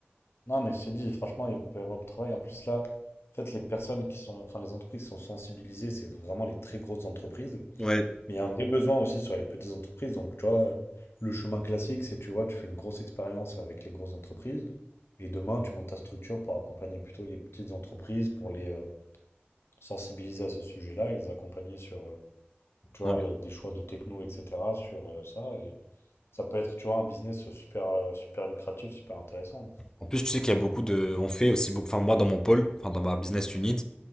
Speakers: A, on the left; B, on the left.
A: Non, mais je te dis, franchement, il peut y avoir du travail. En plus, là, en fait, les personnes qui sont, enfin, les entreprises qui sont sensibilisées, c'est vraiment les très grosses entreprises.
B: Ouais.
A: Mais il y a un vrai besoin aussi sur les petites entreprises. Donc, tu vois, le chemin classique, c'est, tu vois, tu fais une grosse expérience avec les grosses entreprises. Et demain, tu montes ta structure pour accompagner plutôt les petites entreprises, pour les euh, sensibiliser à ce sujet-là et les accompagner sur, euh, tu vois,
B: ouais.
A: les- des choix de techno, etc., sur euh, ça. Et ça peut être, tu vois, un business super, euh, super lucratif, super intéressant. hein.
B: En plus, tu sais qu'il y a beaucoup de. On fait aussi beaucoup. Enfin, moi, dans mon pôle, enfin, dans ma business unit,